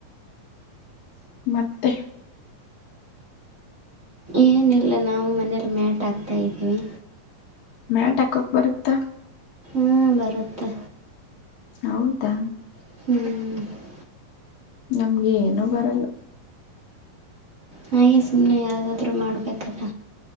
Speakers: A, on the left; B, on the right.
A: ಮತ್ತೆ
B: ಏನಿಲ್ಲ ನಾವು ಮನೇಲಿ ಮ್ಯಾಟ್ ಆಗ್ತಾ ಇದ್ವಿ.
A: ಮ್ಯಾಟ ಹಾಕಕ್ ಬರುತ್ತ.
B: ಹಾ ಬರುತ್ತೆ.
A: ಹೌದಾ
B: ಹ್ಮ್
A: ನಮ್ಗ ಏನೂ ಬರಲ್ಲ.
B: ಹಾಗೆ ಸುಮ್ಮನೆ ಯಾವು್ದಾದ್ರೂ ಮಾಡಬೇಕಲ್ಲ